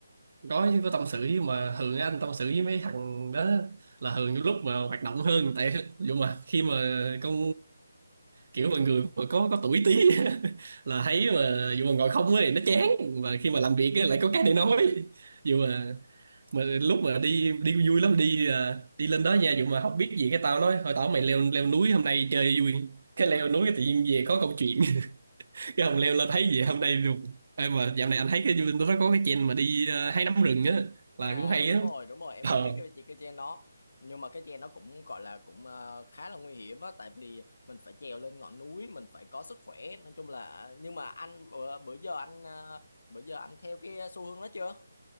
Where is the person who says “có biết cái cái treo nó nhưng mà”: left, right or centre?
Left